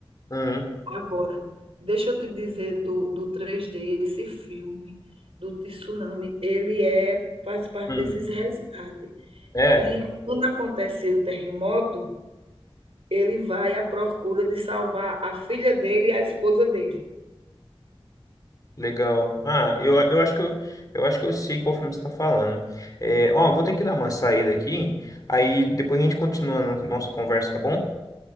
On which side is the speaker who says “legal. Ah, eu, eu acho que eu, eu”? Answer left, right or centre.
Left